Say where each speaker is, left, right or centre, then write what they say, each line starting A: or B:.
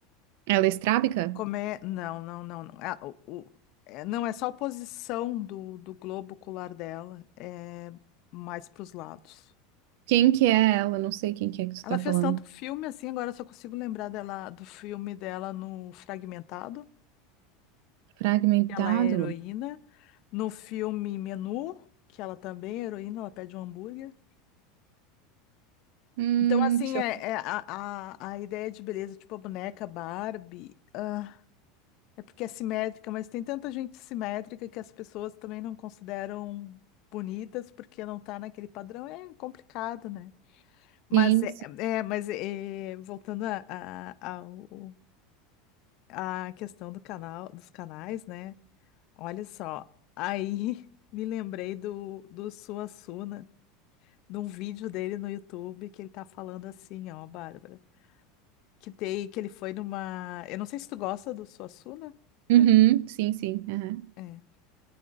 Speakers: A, on the right; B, on the left.
A: Ela é estrábica?
B: Como é? Não, não, não, não. Ah, o, o- é, não é só a posição do, do globo ocular dela, é mais para os lados.
A: Quem que é ela? Não sei quem que é que você está
B: Ela fez
A: falando.
B: tanto filme assim, agora eu só consigo lembrar dela do filme dela no Fragmentado,
A: Fragmentado?
B: que ela é heroína, no filme Menu, que ela também é heroína, ela pede um hambúrguer.
A: Hum,
B: Então, assim,
A: deixa
B: é,
A: eu...
B: é a, a, a ideia de beleza, tipo a boneca Barbie, ah, é porque é simétrica, mas tem tanta gente simétrica que as pessoas também não consideram bonitas porque não tá naquele padrão. É complicado, né? Mas,
A: sim.
B: é, é, mas é, voltando à a, a, ao- à questão do canal, dos canais, né? Olha só, aí <laughs> me lembrei do, do Suassuna, de um vídeo dele no YouTube que ele tá falando assim, ó, Bárbara. Que, tem, que ele foi numa. Eu não sei se tu gosta do Suassuna.
A: Uhum, sim, sim. Aham.
B: É.